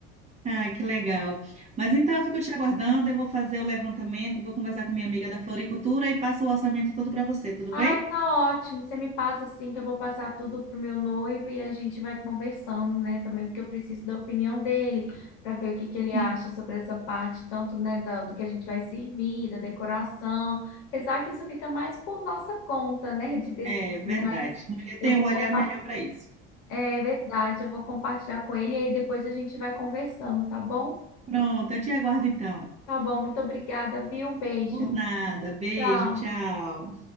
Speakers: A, on the right; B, on the left.
A: Ah, que legal. Mas então eu fico te aguardando, eu vou fazer o levantamento, vou conversar com minha amiga da floricultura e passo o orçamento todo para você, tudo bem?
B: Ai, tá ótimo. Você me passa assim que eu vou passar tudo pro meu noivo e a gente vai conversando, né? Também porque eu preciso da opinião dele para ver o que que ele
A: Sim.
B: acha sobre essa parte, tanto, né, da- do que a gente vai servir, da decoração. Apesar que isso fica mais por nossa conta, né, de decidir,
A: É verdade.
B: mas
A: Mulher tem
B: eu vou
A: um olhar
B: compartilhar.
A: melhor para isso.
B: É verdade, eu vou compartilhar com ele e aí depois a gente vai conversando, tá bom?
A: Pronto, eu te aguardo então.
B: Tá bom, muito obrigada, viu? Um beijo.
A: Por nada. Beijo,
B: Tchau.
A: tchau.